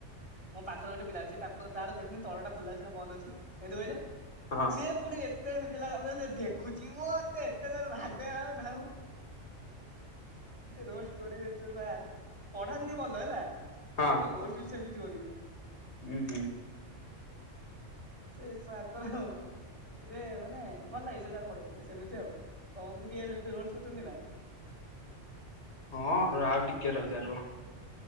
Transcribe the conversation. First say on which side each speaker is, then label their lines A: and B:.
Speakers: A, on the right (about 25°); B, on the left (about 65°).
A: ମୋ ପାଖରେ ଗୋଟେ ପିଲା ଅଛି ତା ତାର ଦେଖେନି ତଳଟା ଖୋଲା ଅଛି ନା ବନ୍ଦ ଅଛି ଏମିତି କହିଲେ।
B: ହଁ
A: ସିଏ ପୁଣି ଏତେ ପିଲା ସାମନାରେ ଦେଖୁଛି ମୋତେ ଏତେ ଜୋରରେ ରାଗଲା ରୋଷ୍ଟ କରିବେ ସାର୍ ପଢାନ୍ତି ଭଲ ହେଲା। ପୁରା
B: ହଁ
A: ରୋଷ୍ଟ ବି ସେମିତି କରିବେ।
B: ଉଁ ହୁଁ।
A: ସେ ସାର ତ ଆଉ ଏବେ ମାନେ ଭଲ ଲାଗେ ସେ ସାର ପଢଉଥିଲେ ସେମିତି ଆଉ। ତମକୁ କିଏ ସେମିତି ରୋଷ୍ଟ କରିଛନ୍ତି ନା?
B: ହଁ ଆଉ ଟିକେ ରହିଯା
A: ହୁଁ
B: ରୁହ।